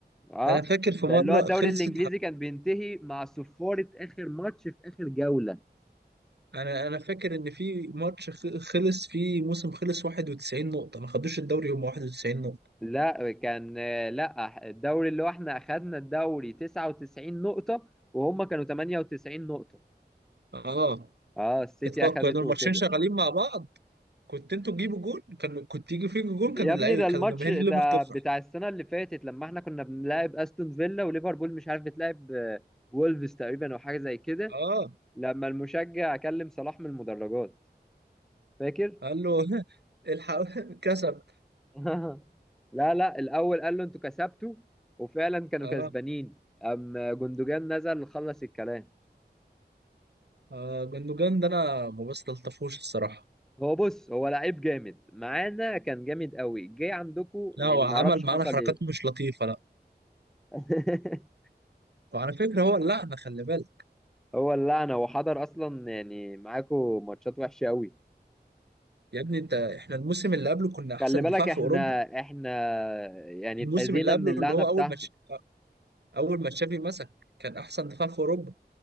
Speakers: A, in the centre; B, on the right (about 75°).
A: اه
B: انا فاكر في
A: ده
B: مرة
A: اللي هو الدوري
B: خلصت
A: الانجليزي كان بينتهي مع صفارة اخر ماتش في اخر جولة
B: انا انا فاكر ان في ماتش خ- خلص فيه موسم خلص 91 نقطة ما خدوش الدوري هم 91 نقطة
A: لا كان لا الدوري اللي هو احنا اخدنا الدوري 99 نقطة وهم كانوا 98 نقطة
B: اه
A: اه السيتي
B: اطلاق
A: اخدته
B: كانوا الماتشين
A: وكده
B: شغالين مع بعض كنت انتوا تجيبوا جول كان كنت يجي فيكوا جول
A: يا
B: كان اللعيبة
A: ابني ده الماتش
B: كان جماهير
A: ده
B: الليفر تفرح
A: بتاع السنة اللي فاتت لما احنا كنا بنلعب استون فيلا وليفربول مش عارف بتلعب آه، وولفز تقريبا او حاجة زي كده
B: اه
A: لما المشجع كلم صلاح من المدرجات فاكر
B: قال له <laughs> الحق <laughs> كسب
A: <laughs> لا لا الاول قال له انتوا كسبتوا وفعلا كانوا
B: اه
A: كسبانين ام جندوجان نزل خلص الكلام
B: اه جندوجان ده انا ما بستلطفوش الصراحة
A: هو بص هو لعيب جامد معانا كان جامد قوي جه عندكو
B: لا
A: يعني
B: هو عمل
A: معرفش
B: معانا
A: حصل
B: حركات
A: ايه
B: مش لطيفة لا
A: <laughs>
B: وعلى فكرة هو اللعنة خلي بالك
A: هو اللعنه هو حضر اصلا يعني معاكو ماتشات وحشه قوي
B: يا ابني انت احنا الموسم اللي قبله كنا احسن
A: خلي بالك
B: دفاع في
A: احنا
B: اوروبا
A: احنا يعني
B: الموسم
A: اتأذينا
B: اللي قبله
A: من اللعنه
B: اللي هو
A: بتاعته
B: اول ماتش اول ما تشافي مسك كان احسن دفاع في اوروبا